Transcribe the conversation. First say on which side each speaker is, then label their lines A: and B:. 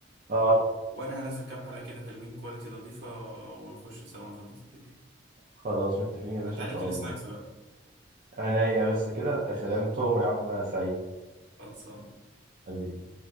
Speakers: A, on the right; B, on the right.
A: اه
B: وانا هنزل كام حلقة كده حلوين كواليتي نظيفة ونخش سوا نظبط الدنيا
A: خلاص متفقين يا باشا
B: انت عليك
A: ان شاء
B: السناكس
A: الله
B: بقى
A: عينيا بس كده يا
B: ماشي
A: سلام تؤمر يا عم سعيد
B: خلصان
A: حبيبي